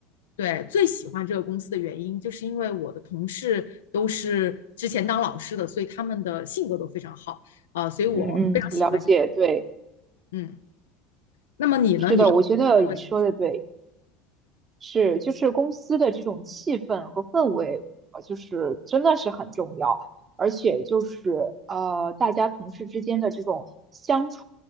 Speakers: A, on the left; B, on the right.
A: 对最喜欢这个公司的原因，就是因为我的同事都是之前当老师的，所以他们的性格都非常好啊、呃所以我非常喜欢这。
B: 嗯嗯了解，对，
A: 嗯，那么你呢？
B: 是的，
A: 你的认为？
B: 我觉得你说的对。是，就是公司的这种气氛和氛围，呃，就是真的是很重要，而且就是呃，大家同事之间的这种相处，